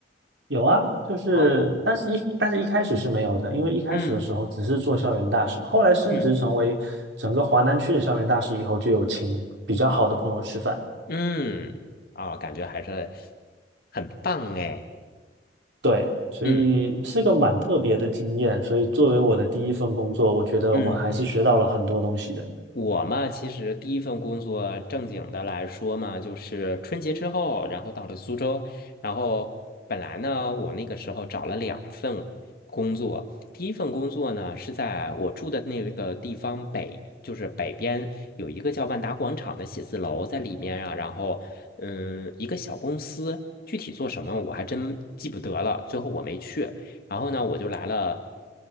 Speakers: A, on the right (about 85°); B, on the left (about 55°).
A: 有啊，就是，
B: 哦，
A: 但是一但是一开始是没有的，因为一开始的时候只是做校园大使，
B: 嗯
A: 后来升职成为整个华南区的校园大使以后，
B: 嗯
A: 就有请比较好的朋友吃饭。
B: 嗯，啊，感觉还是很棒哎。
A: 对，所以是个蛮特别的经验，
B: 嗯
A: 所以作为我的第一份工作，我觉得我还是学到了很多东西的。
B: 嗯嗯我嘛，其实第一份工作正经的来说嘛，就是春节之后，然后到了苏州，然后本来呢，我那个时候找了两份工作，第一份工作呢是在我住的那个地方北，就是北边有一个叫万达广场的写字楼，在里面啊，然后嗯，一个小公司，具体做什么我还真记不得了，最后我没去。然后呢，我就来了，